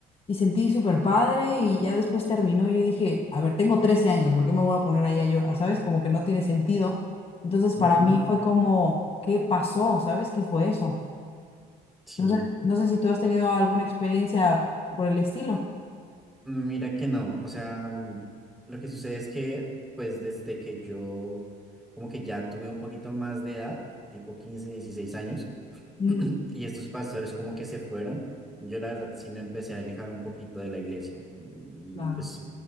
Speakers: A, on the left; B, in the centre.
A: y sentí súper padre y ya después terminó. y Yo dije, a ver, tengo 13 años, ¿por qué me voy a poner ahí a llorar? ¿Sabes? Como que no tiene sentido. Entonces
B: ujú,
A: para mí fue como, ¿qué pasó? ¿Sabes qué fue eso?
B: sí.
A: No sé, no sé si tú has tenido alguna experiencia por el estilo.
B: Mira que no, o sea, mm, lo que sucede es que, pues desde que yo como que ya tuve un poquito más de edad, tipo 15, 16 años,
A: Mm,
B: y estos pastores como que se fueron, yo la verdad sí me empecé a alejar un poquito de la iglesia, mm,
A: claro,
B: pues